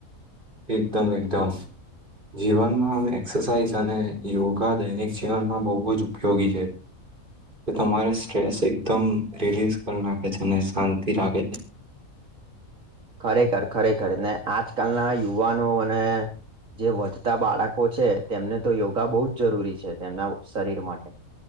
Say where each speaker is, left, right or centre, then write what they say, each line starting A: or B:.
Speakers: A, on the right (about 35°); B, on the right (about 65°).
A: એકદમ એકદમ જીવનમાં આમ એક્સરસાઇઝ અને યોગા દૈનિક જીવનમાં બહુ જ ઉપયોગી છે. તો તમારે સ્ટ્રેસ એકદમ રિલીઝ કરી નાખે છે અને શાંતિ રાખે છે.
B: ખરેખર ખરેખર ને આજકાલના યુવાનો અને જે વધતા બાળકો છે તેમને તો યોગા બહુ જ જરૂરી છે તેમના શરીર માટે.